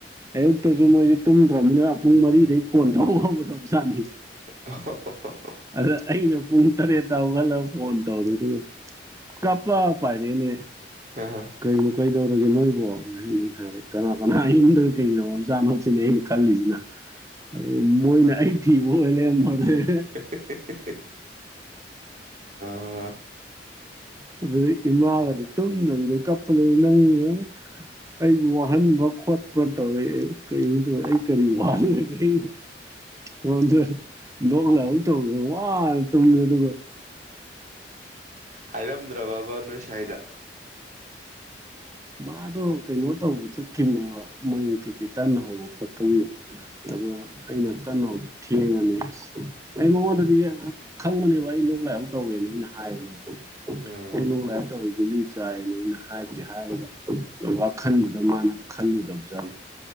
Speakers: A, on the right (about 20°); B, on the right (about 45°).
A: ꯑꯌꯨꯛꯇꯁꯨ ꯃꯣꯏꯗꯤ ꯇꯨꯝꯗ꯭ꯔꯕꯅꯤꯅ ꯄꯨꯡ ꯃꯔꯤꯗꯩ ꯐꯣꯟ ꯇꯧꯕ ꯍꯧꯔꯕꯖꯥꯠꯅꯤ
B: <inaudible>
A: ꯑꯗ ꯑꯩꯅ ꯄꯨꯡ ꯇꯔꯦꯠꯇ ꯍꯧꯒꯠꯂ ꯐꯣꯟ ꯇꯧꯔꯦ ꯑꯗꯨꯒ ꯀꯥꯞꯄ ꯄꯥꯏꯔꯛꯑꯦꯅꯦ
B: ꯑꯥ ꯑꯥ
A: ꯀꯩꯅꯣ ꯀꯩꯗꯧꯔꯒꯦ ꯅꯣꯏꯕꯣ <inaudible> ꯍꯥꯏꯔꯦ ꯀꯅꯥ ꯀꯅꯥ ꯏꯃꯨꯡꯗ ꯀꯩ ꯗꯧꯔꯖꯥꯠꯅꯣ ꯁꯤꯅꯦ ꯑꯩꯅ ꯈꯜꯂꯤꯁꯤꯅ ꯑꯗꯨꯒ ꯃꯣꯏꯅ ꯑꯩ ꯊꯤꯕ ꯑꯣꯢꯕ ꯂꯩꯔꯝꯕꯗꯨꯅꯦ
B: <inaudible> ꯑꯥ
A: ꯑꯗꯨꯗꯩ ꯏꯃꯥꯒꯗ ꯇꯨꯝꯗꯕꯤ ꯀꯞꯄ ꯂꯩ ꯅꯪꯅ ꯑꯩꯕꯨ ꯋꯥꯍꯟꯕ ꯈꯣꯠꯄ ꯇꯧꯔꯦ ꯀꯔꯤꯅꯣ ꯊꯧꯔꯤꯖꯦ ꯑꯩꯅ ꯀꯔꯤ ꯋꯥꯍꯜꯒꯦ ꯁꯣꯝꯗ ꯂꯣꯛ ꯂꯥꯢꯍꯧ ꯇꯧꯔꯨꯕ ꯋꯥꯅ ꯇꯨꯝꯃꯦ ꯑꯗꯨꯒ
B: ꯍꯥꯏꯔꯝꯗ꯭ꯔꯕꯕ ꯅꯣꯏ ꯁꯥꯏꯗ
A: ꯃꯥꯗꯣ ꯀꯩꯅꯣ ꯇꯧꯕ ꯆꯠꯈꯤꯕꯅꯦꯕ ꯃꯣꯏ ꯀꯩꯀꯩ ꯇꯟ ꯍꯧꯕ ꯈꯣꯠꯄꯒꯤ ꯑꯗꯣ ꯑꯩꯅ ꯇꯟ ꯍꯧꯗꯣ ꯊꯦꯡꯉꯅꯤ ꯑꯁ ꯑꯩꯉꯣꯟꯗꯗꯤ ꯈꯪꯕꯅꯦꯕ ꯑꯩ ꯂꯣꯛ ꯂꯥꯏꯍꯧ ꯇꯧꯋꯦꯅ ꯑꯩꯅ ꯍꯥꯏꯕꯅꯦꯕ
B: ꯎꯝ
A: ꯑꯩꯅ ꯂꯣꯛ ꯂꯥꯢꯍꯧ ꯊꯧꯋꯤ ꯒꯨꯜꯂꯤ ꯆꯥꯢꯅ ꯍꯥꯢꯕꯨꯗꯤ ꯍꯥꯢꯔꯤꯕ ꯋꯥꯈꯟꯗꯨꯗ ꯃꯥꯅ ꯈꯜꯂꯨꯗꯕꯖꯥꯠꯅꯤ